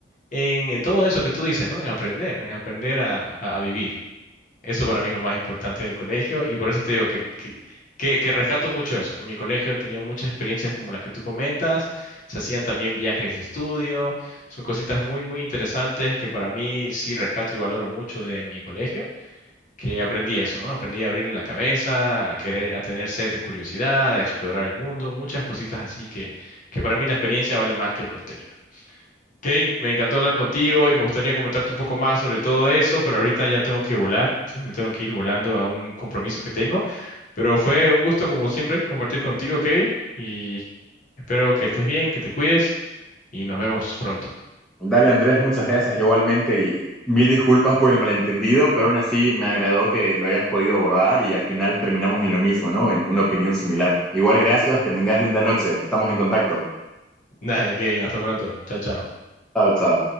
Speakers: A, on the left (about 45°); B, in the centre.
A: en, en todo eso que tú dices, ¿no? En aprender, en aprender a a- a vivir. Eso para mí es lo más importante del colegio y por eso te digo que, que, que- que rescato mucho eso. En mi colegio tenía muchas experiencias como las que tú comentas, se hacían también viajes de estudio, son cositas muy, muy interesantes que para mí sí rescato y valoro mucho de mi colegio, que aprendí eso, ¿no? Aprendí a abrir la cabeza, a querer, a tener sed de curiosidad, a explorar el mundo, muchas cositas así que, que para mí la experiencia vale más que el contenido. Kane, me encantó hablar contigo y me gustaría comentarte un poco más sobre todo eso, pero ahorita ya tengo que volar, sí, me tengo que ir volando a un compromiso que tengo. Pero fue un gusto, como siempre, compartir contigo, Kevin, y espero que estés bien, que te cuides y nos vemos pronto.
B: Dale Andrés, muchas gracias igualmente y mil disculpas por el malentendido, pero aún así me agradó que lo hayas podido abordar y al final terminamos en lo mismo, ¿no? En una opinión similar. Igual gracias, que tengas linda noche, estamos en contacto.
A: <laughs> Nada de Kevin, hasta pronto. Chao, chao.
B: Chao, chao.